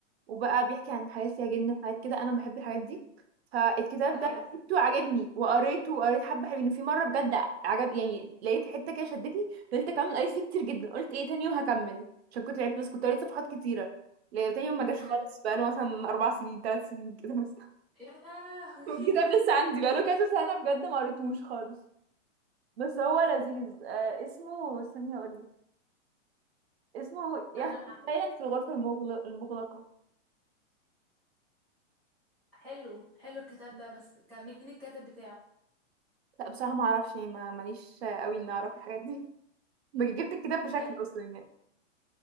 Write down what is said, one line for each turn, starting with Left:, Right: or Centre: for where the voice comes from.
Right: وبقى بيحكي عن حاجات فيها جن وحاجات كده انا بحب الحاجات دي فالكتاب
Centre: بتاع
Right: ده
Centre: نفس
Right: جبته عجبني وقريته وقريت حبه حلوين وفي مره بجد عجب يعني لقيت حته كده شدتني فضلت اكمل قريت فيه كتير جدا قلت ايه تاني يوم هكمل عشان كنت لعبت بس كنت قريت صفحات كتيره لا تاني يوم ما جاش
Centre: مم.
Right: خالص بقاله مثلا اربع سنين ثلاث سنين كده مثلا
Centre: يا لهوي
Right: <laughs> والكتاب لسه
Centre: <laughs>
Right: عندي بقاله كذا سنه بجد ما قريتهوش خالص بس هو لذيذ آه اسمه استني اقول لك اسمه يخت
Centre: انا
Right: سايلنت في الغرفه المغل- المغلقه
Centre: حلو حلو الكتاب ده بس كان مين الكاتب بتاعه
Right: لا بصراحة ما اعرفش يعني ما ماليش قوي اني اعرف الحاجات دي <laughs> بج- جبت الكتاب بشكل
Centre: ايوه
Right: اصلا يعني